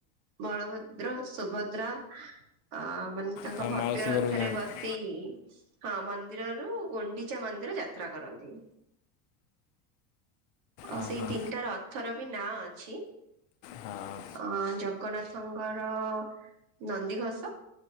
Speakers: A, on the right; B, on the left.
A: ବଳଭଦ୍ର ସୁଭଦ୍ରା ଆ ମାନେ ତାଙ୍କ
B: ତା
A: ଭବ୍ୟ
B: ମାଉସୀ
A: ରଥରେ
B: ଘରକୁ ଯାଆନ୍ତି
A: ବସି ସେଇ ହଁ ମନ୍ଦିରରୁ ଗୁଣ୍ଡିଚା ମନ୍ଦିର ଯାତ୍ରା କରନ୍ତି। ଆଉ
B: ଆ
A: ସେଇ
B: ହଁ
A: ତିନିଟା ରଥର ବି ନାଁ ଅଛି।
B: ହଁ
A: ଅଁ ଜଗନ୍ନାଥଙ୍କର ନନ୍ଦିଘୋଷ